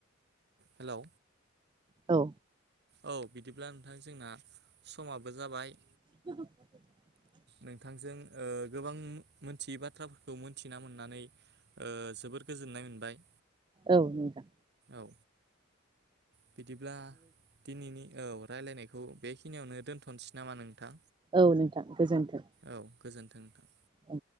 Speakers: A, on the right; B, on the right.
A: हेलौ
B: औ
A: औ बिदिब्ला नोंथां जोंना समाबो जाबाय।
B: <inaudible>
A: नोंथांजों ओ गोबां मोनथियै बाथ्राफोरखौ मोन थिना मोननानै ओ जोबोर गोजोननाय मोनबाय
B: औ नोंथां
A: औ। बिदिब्ला दिनैनि औ रायलायनायखौ बेखिनियावनो दोन्थ'नो सै नामा नोंथां
B: औ नोंथां गोजोन्थों।
A: औ गोजोन्थों नोंथां।
B: औ।